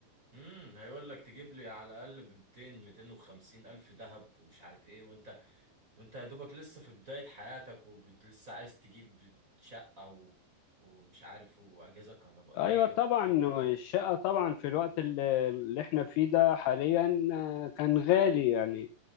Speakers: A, on the right (about 15°); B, on the left (about 80°).
A: امم هيقول لك تجيب لي على الاقل ب 200 250 الف ذهب ومش عارف ايه وانت وانت يا دوبك لسه في بداية حياتك ولسه عايز تجيب شقة و... ومش عارف وأجهزة كهربائية
B: ايوه طبعا
A: وتجيب وتجيب
B: الشقة طبعا في الوقت اللي اللي احنا فيه ده حاليا آه، كان غالي يعني